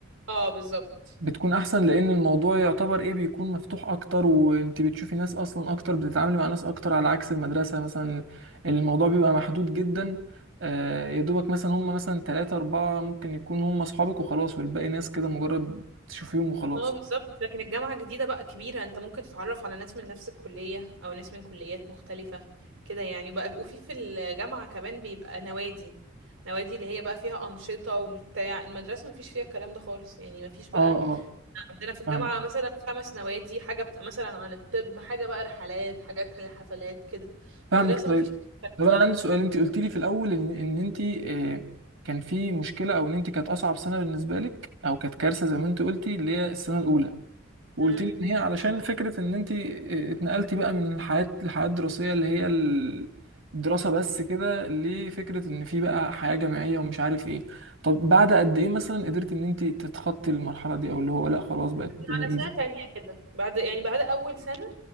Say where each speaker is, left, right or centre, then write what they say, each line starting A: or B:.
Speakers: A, on the right (about 85°); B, on the right (about 65°).
A: اه بالظبط
B: بتكون احسن لان الموضوع يعتبر ايه بيكون مفتوح اكتر وانت بتشوفي ناس اصلا اكتر بتتعاملي مع ناس اكتر على عكس المدرسة مثلا الموضوع بيبقى محدود جدا آه، يا دوبك مثلا هم مثلا تلاتة أربعة ممكن يكونوا هم أصحابك وخلاص والباقي ناس كده مجرد تشوفيهم وخلاص
A: اه بالظبط لكن الجامعة جديدة بقى كبيرة انت ممكن تتعرف على ناس من نفس الكلية او ناس من كليات مختلفة كده يعني بقى وفي في الجامعة كمان بيبقى نوادي نوادي اللي هي بقى فيها أنشطة وبتاع المدرسة مفيش فيها الكلام ده خالص يعني مفيش بقى
B: اه اه
A: عندنا في الجامعة
B: فاهم
A: مثلا خمس نوادي حاجة بتبقى مثلا عن الطب حاجة بقى رحلات حاجات للحفلات كده
B: فاهمك
A: مدرسة
B: طيب
A: مفيش
B: طب أنا
A: ده
B: عندي سؤال أنت قلت لي في الأول إن إن أنت آه، كان في مشكلة أو إن أنت كانت أصعب سنة بالنسبة لك أو كانت كارثة زي ما أنت قلتي اللي هي السنة الأولى وقلت
A: امم
B: لي ان هي علشان فكره ان انت اتنقلتي بقى من حياه الحياه الدراسيه اللي هي الدراسه بس كده لفكره ان في بقى حياه جامعيه ومش عارف ايه طب بعد قد ايه مثلا قدرت ان انت تتخطي المرحله دي او اللي هو لا خلاص بقت الدنيا
A: على سنة
B: ايزي
A: تانية كده بعد يعني بعد أول سنة